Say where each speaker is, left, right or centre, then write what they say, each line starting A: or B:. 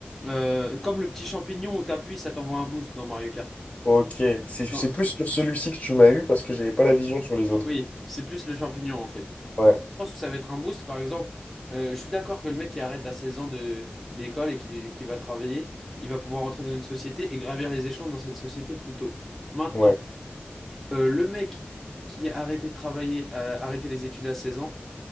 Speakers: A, in the centre; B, on the left.
A: euh, comme le petit champignon où t'appuies, ça t'envoie un boost dans Mario Kart.
B: Ok, c'est c'est
A: Non,
B: plus sur celui-ci que tu m'as eu parce que j'avais pas la vision sur les autres.
A: oui, c'est plus le champignon en fait.
B: Ouais,
A: Dans le sens ça va être un boost, par exemple, euh, je suis d'accord que le mec qui arrête à 16 ans de l'école et qui, qui va travailler, il va pouvoir entrer dans une société et gravir les échelons dans cette société plus tôt. Maintenant,
B: ouais,
A: euh, le mec qui a arrêté de travailler, a arrêté les études à 16 ans,